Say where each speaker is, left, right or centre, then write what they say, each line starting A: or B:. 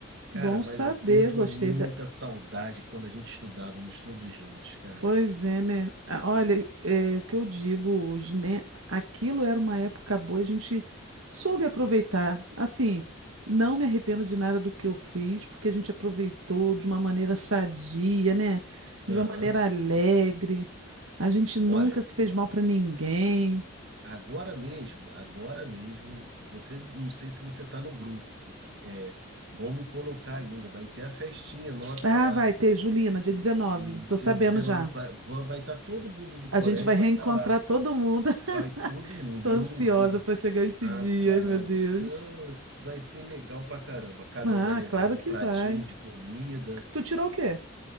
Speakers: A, on the right (about 55°); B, on the right (about 75°).
A: Cara,
B: Bom
A: mas
B: saber,
A: eu sinto
B: gostei
A: muita
B: da.
A: saudade quando a gente estudávamos todos juntos, cara.
B: Pois é, né? Ah, Olha, é, o que eu digo hoje, né? Aquilo era uma época boa, a gente soube aproveitar. Assim, não me arrependo de nada do que eu fiz, porque a gente aproveitou de uma maneira sadia, né? De
A: Aham.
B: uma maneira alegre. A gente nunca
A: Olha,
B: se fez mal para ninguém.
A: agora mesmo, agora mesmo, você, não sei se você tá no grupo. É, vão me colocar ainda, vai ter a festinha nossa
B: Ah,
A: lá
B: vai ter, Julina, dia 19.
A: no
B: Tô
A: dia
B: sabendo
A: 19,
B: já.
A: vai, vai estar todo mundo do
B: A
A: colégio
B: gente vai reencontrar
A: vai estar lá.
B: todo mundo. <laughs>
A: Vai todo mundo.
B: Tô
A: E
B: ansiosa
A: eu não vi.
B: para chegar esse
A: Rapaz,
B: dia, ai meu Deus.
A: eu- isso vai ser legal pra caramba. Cada
B: Ah,
A: um vai levar
B: claro
A: um
B: que
A: pratinho
B: vai.
A: de comida.
B: Tu tirou o quê?